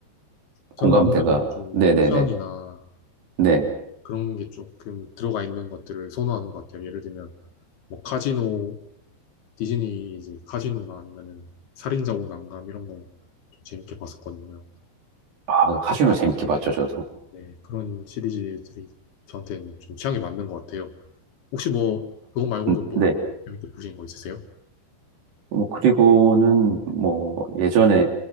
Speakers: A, on the left; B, on the right.
A: 저는
B: 공감대가.
A: 아무래도 좀
B: 네네네.
A: 액션이나
B: 네.
A: 그런 게 조금 들어가 있는 것들을 선호하는 것 같아요. 예를 들면 뭐 카지노, 디즈니 이제 카지노나 아니면은 살인자 오난감 이런 거 좀 재밌게 봤었거든요.
B: 아, 카지노 재밌게 봤죠, 저도.
A: 네, 그런 시리즈들이 저한테는 좀 취향에 맞는 것 같아요. 혹시 뭐, 그거 말고도
B: 음,
A: 또
B: 네.
A: 재밌게 보신 거 있으세요?
B: 뭐, 그리고는 뭐, 예전에,